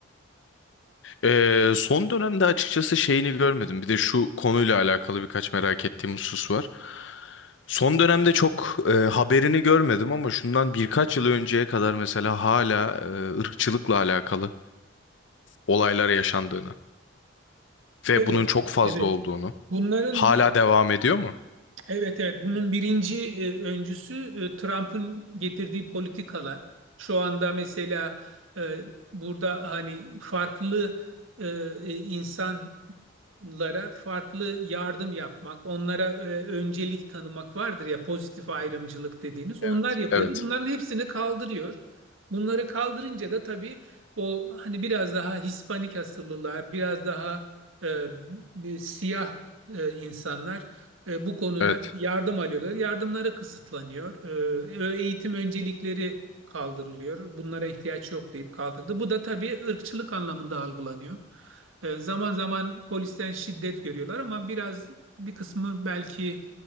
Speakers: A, on the left; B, on the right.
A: Ee, son dönemde açıkçası şeyini görmedim. Bir de şu konuyla alakalı birkaç merak ettiğim husus var. Son dönemde çok e, haberini görmedim ama şundan birkaç yıl önceye kadar mesela hala e, ırkçılıkla alakalı olaylar yaşandığını ve
B: Evet,
A: bunun çok fazla
B: evet.
A: olduğunu
B: Bunların
A: hala
B: bir
A: devam ediyor mu?
B: Evet evet bunun birinci e, öncüsü e, Trump'ın getirdiği politikalar. Şu anda mesela e, burada hani farklı e, e, insan lara farklı yardım yapmak, onlara e, öncelik tanımak vardır ya pozitif ayrımcılık dediğimiz.
A: Evet.
B: Onlar yapıyordu.
A: Evet.
B: Bunların hepsini kaldırıyor. Bunları kaldırınca da tabii o hani biraz daha Hispanik asıllılar, biraz daha e, bir siyah e, insanlar e, bu konuda
A: Evet.
B: yardım alıyorlar. Yardımları kısıtlanıyor. E, eğitim öncelikleri kaldırılıyor. Bunlara ihtiyaç yok deyip kaldırdı. Bu da tabii ırkçılık anlamında algılanıyor. E, Zaman zaman polisten şiddet görüyorlar ama biraz bir kısmı belki